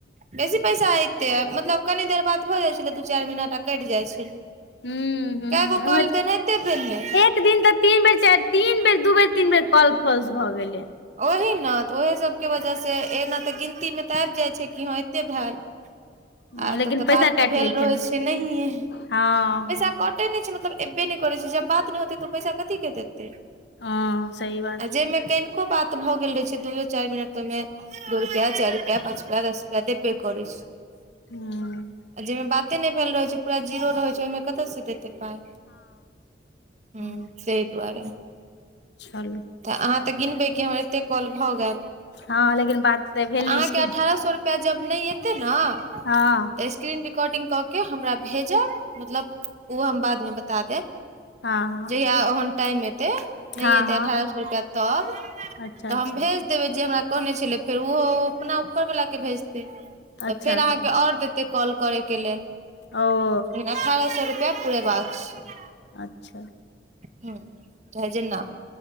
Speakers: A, on the right; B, on the left.
A: बेसी पैसा ऐतैय मतलब कनि देर बात भऽ जाइ छलै दु चारि मिनट आ कटि जाय छलै।
B: हूँ हूँ
A: कैए गो
B: ओहिमे
A: काॅल एनाते भेलै।
B: एक दिन तऽ तीन बेर चारि तीन बेर दु बेर तीन बेर कॉल फॉल्स भऽ गेलै।
A: ओही ने तऽ ओहि सबके वजह से एना तऽ गिनतीमे तऽ आबि जाइत छैय कि हं एतेक भैल।
B: <inaudible>
A: आ तऽ तऽ
B: पैसा
A: बात
B: काटि
A: तऽ भेल
B: लै
A: रहै
B: ने
A: छै नहिेए,
B: हँ
A: पैसा कट कटे नै छै मतलब एबे नै करै छै, जब बात नै होतै तऽ पैसा कथी के देतै। आ
B: हँ सही बात
A: जाहिमे कनिको बात भऽ गेल रहै छै दुयो चारि मिनट ओहिमे दु रुपया, चाइर रुपया, पाँच रुपया, दस रुपया देबै करैय छैय। आ
B: हँ
A: जैयमे बाते नै भेल रहैय छैय पुरा जीरो रहै छैय ओयमे कतऽ से देतैय? ते पाय <inaudible> हुं,
B: हूँ
A: तैय दुआरे
B: चलू
A: तऽ अहां त गिनबय कि हमर एत्ते काॅल भऽ गेल।
B: हँ लेकिन
A: <inaudible>
B: बात तऽ भेल नहि
A: अहा
B: छै
A: के अठारह सौ रु- पैया जब नै एत्ते नऽ
B: हं-
A: स्क्रीन रिकॉडिग कऽ के हमरा भेजब, मतलब ओ हम बादमे बता देब।
B: हँ
A: जहिया ओहन टाइम एतैय,
B: हँ
A: नै एत्तै
B: हँ हँ
A: अठारह सौ रुपैया तब
B: अच्छा अच्छा
A: तऽ हम भेज देबैय जे हमरा कहने छलैय फेर ओहो ह-अपना ऊपर वला के भेजतैय। तऽ
B: अच्छा
A: फेर
B: अच्छा
A: अहांके और देतै कॉल करयके लेल।
B: ओ-
A: लेकिन अठारह सौ रुपैया पूरेबाक छैय।
B: अच्छा।
A: हुं चाहे जेना